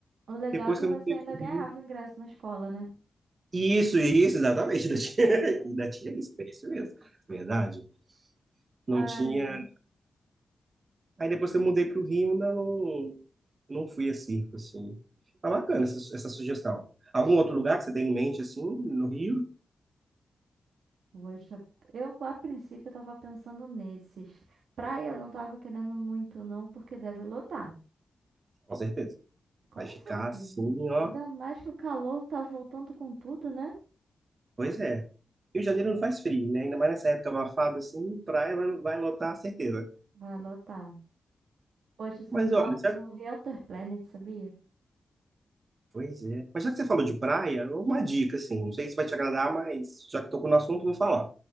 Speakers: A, on the right; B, on the right.
A: O legal
B: depois
A: é que
B: que
A: você
B: eu me pro
A: ainda ganhava
B: Rio.
A: o ingresso na escola, né?
B: Isso, isso, exatamente, ainda tinha, <laughs> ainda tinha isso, é isso mesmo, verdade. Não
A: Ai,
B: tinha. Aí depois que eu mudei para o Rio, ainda não, não fui a circo, assim. Tá bacana essa, essa sugestão. Algum outro lugar que você tem em mente, assim, no Rio?
A: poxa, eu a princípio tava pensando nesses. Praia eu não tava querendo muito não, porque deve lotar.
B: Com certeza.
A: Com
B: Vai ficar
A: certeza.
B: assim, ó.
A: Ainda mais que o calor tá voltando com tudo, né?
B: Pois é. Rio de Janeiro não faz frio, né? Ainda mais nessa época abafada, assim, praia vai, vai lotar, certeza.
A: Vai lotar. Poxa, eu sinto
B: Mas
A: falta
B: olha, já...
A: de um Realtor Planet, sabia?
B: pois é. Mas já que você falou de praia, uma dica, assim, não sei se vai te agradar, mas já que tocou no assunto, vou falar.